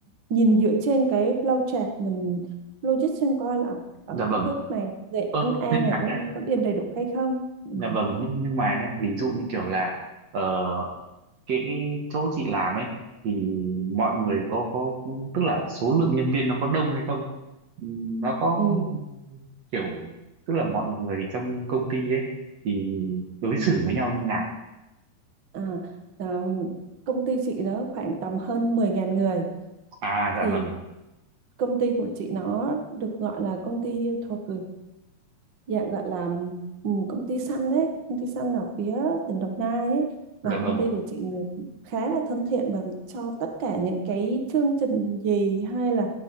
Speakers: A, on the right; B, on the right.
A: nhìn dựa trên cái flow chart mình logic xem coi là ở
B: dạ
A: cái
B: vâng
A: bước này về
B: ơ
A: ăn A
B: nhưng
A: này
B: mà
A: có
B: nhé
A: có điền đầy đủ hay không ừ.
B: dạ vâng nhưng nhưng mà nhé ví dụ như kiểu là ờ, cái, cái chỗ chị làm ấy thì mọi người có có tức là số lượng nhân viên nó có đông hay không Ừ, nó có
A: Ừ.
B: kiểu tức là mọi người trong công ty ấy thì đối
A: Ừ.
B: xử với nhau như nào
A: À, à, công ty chị nó khoảng tầm hơn mười 000 người
B: à
A: thì
B: dạ vâng
A: công ty của chị nó được gọi là công ty thuộc dạng gọi là ừ, công ty săn đấy công ty săn ở phía tỉnh Đồng Nai ấy và
B: dạ vâng
A: công ty của chị là khá là thân thiện và cho tất cả những cái chương trình gì hay là